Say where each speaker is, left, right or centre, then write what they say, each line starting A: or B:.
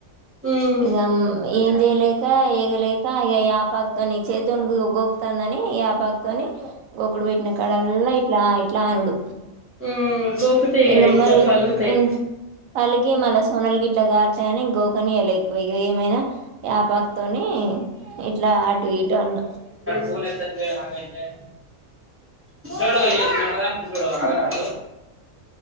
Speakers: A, on the right (about 20°); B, on the right (about 80°).
A: ఉమ్
B: ఇంగమ్ ఏం జెయ్ లేక ఏగలేక ఇగ యాపాక్తోని చెయ్తోని గొయ్ గోక్తాందని. పాక్తోని గోకుడుపెట్న కాడల్లా ఇట్లా ఇట్లా అనుడు.
A: ఉమ్ గోకుతాయి
B: ఇంగ
A: ఇంకా
B: మరి
A: పలుగుతాయి
B: ఇని పళ్ళుకే మళ్ళ సోనల్ గిట్ల గారుతా అని గోకనియలె ఎక్కువ ఇగ ఏమైనా. యాపాక్తోని ఇట్లా అటు ఇటు అన్న.
A: ఉమ్ ఉంటాడు ఏడు గంటల దాకా ఉంటాడు ఆగరాడు